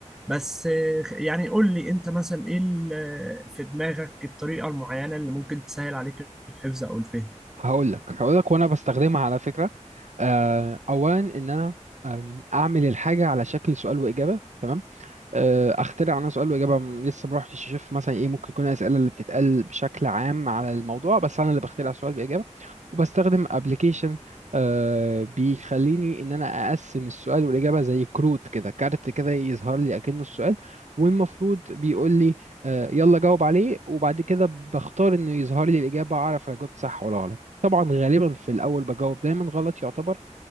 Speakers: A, in the centre; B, on the right.
A: بس آه، يعني قول لي انت مثلا ايه ال- في دماغك الطريقة المعينة اللي ممكن تسهل عليك الحفظ او الفهم
B: هقول لك هقول لك وانا بستخدمها على فكره آه، اولا ان انا آم، اعمل الحاجه على شكل سؤال واجابه تمام آه، اخترع انا سؤال واجابه م- لسه ما رحتش اشوف مثلا ايه ممكن يكون الاسئله اللي بتتقال بشكل عام على الموضوع بس انا اللي بخترع سؤال باجابه وبستخدم ابلكيشن بيخليني ان انا اقسم السؤال والاجابه زي كروت كده كارت كده يظهر لي اكنه السؤال والمفروض بيقول لي آه، يلا جاوب عليه وبعد كده بختار انه يظهر لي الاجابه اعرف انا جاوبت صح ولا غلط طبعا غالبا في الاول بجاوب دايما غلط يعتبر